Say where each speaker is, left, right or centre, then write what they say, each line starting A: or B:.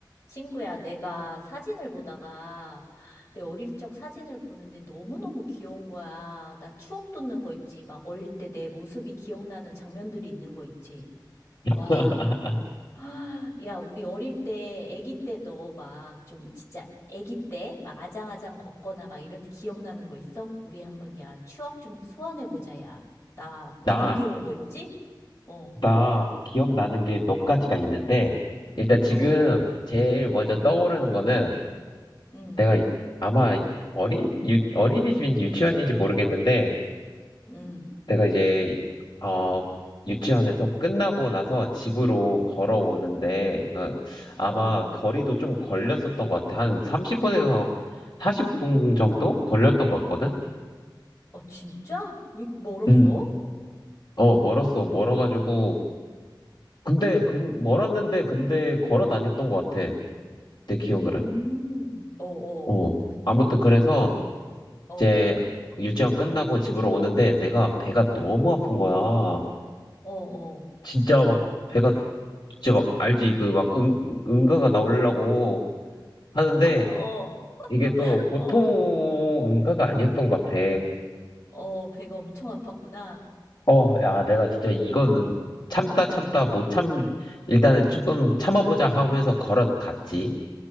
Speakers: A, on the left; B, on the left.
A: 친구야, 내가 사진을 보다가 내 어릴 적 사진을 보는데 너무너무 귀여운 거야. 나 추억 돋는 거 있지. 막 어릴 때 내 모습이 기억나는 장면들이 있는 거 있지.
B: <laughs>
A: 와. <gasps> 아, 야, 우리 어릴 때, 아기 때 너 막 좀 진짜 아기 때 막 아장아장 걷거나 막 이럴 때 기억나는 거 있어? 우리 한번 야, 추억 좀 소환해 보자, 야. 나 너무
B: 나,
A: 귀여운 거 있지? 어,
B: 나 기억나는 게 몇 가지가 있는데, 일단 지금
A: 어, 어.
B: 제일 먼저
A: 음,
B: 떠오르는 거는
A: 음,
B: 내가 아마 어린, 유, 어린이집인지 유치원인지 모르겠는데,
A: 음,
B: 내가 이제, 어, 유치원에서 끝나고 나서 집으로 걸어오는데, 그 아마
A: 어.
B: 거리도 좀 걸렸었던 것 같아. 한 30분에서 40분 정도 걸렸던 것 같거든?
A: 어, 진짜? 왜 이렇게 멀었어?
B: 음. 어, 멀었어. 멀어가지고, 근데 근 멀었는데 근데 걸어 다녔던 것 같아. 내 기억으로.
A: 음, 어, 어.
B: 어.
A: 근데?
B: 아무튼 그래서
A: 음, 어,
B: 이제 유치원 끝나고 집으로 오는데 내가 배가 너무 아픈 거야.
A: 어, 어.
B: 진짜 막 배가 진짜 막 알지 그 막 응, 응가가 나오려고 하는데
A: <laughs> 어,
B: 이게 또 보통
A: 어,
B: 응가가 아니었던 것 같아.
A: 어, 배가 엄청 아팠구나.
B: 어, 야, 내가 진짜 이거는 참다 참다 못 참, 일단은 조금 참아보자 하면서 걸어갔지.